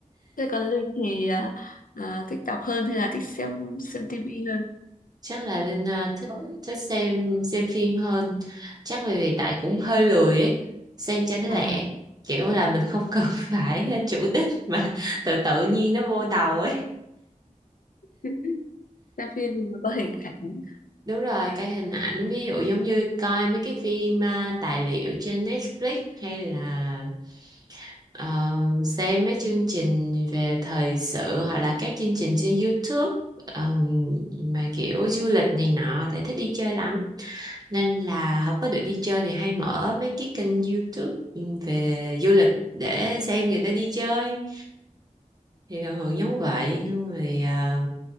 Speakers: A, on the left; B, on the right.
A: Thế còn Linh thì ờ, ờ, thích đọc hơn hay là thích xem xem tivi hơn?
B: chắc là Linh ờ, thích thích xem xem phim hơn. Chắc là vì tại cũng hơi lười ấy, xem cho nó
A: Ờ,
B: lẹ. Kiểu là mình không cần <laughs> phải ờ, chủ đích mà tự tự nhiên nó vô đầu ấy.
A: <laughs> xem phim mà có hình ảnh.
B: Đúng rồi, coi hình ảnh ví dụ giống như coi mấy cái phim à, tài liệu trên Netflix hay là ờ, xem mấy chương trình về thời sự hoặc là các chương trình trên YouTube ờ, mà kiểu du lịch này nọ thì thích đi chơi lắm. Nên là không có được đi chơi thì hay mở mấy cái kênh YouTube về du lịch để xem người ta đi chơi thì thường thường giống vậy nhưng rồi à,